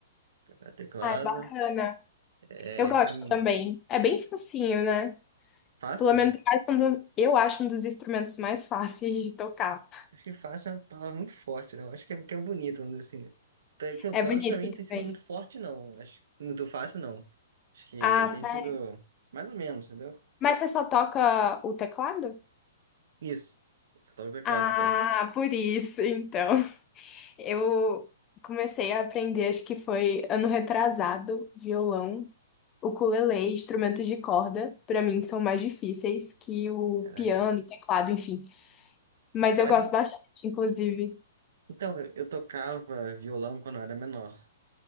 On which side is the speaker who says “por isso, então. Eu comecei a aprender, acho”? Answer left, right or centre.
Left